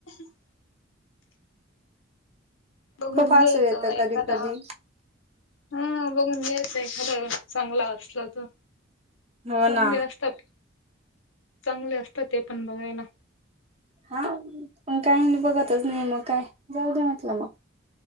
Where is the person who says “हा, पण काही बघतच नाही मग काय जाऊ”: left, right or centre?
Right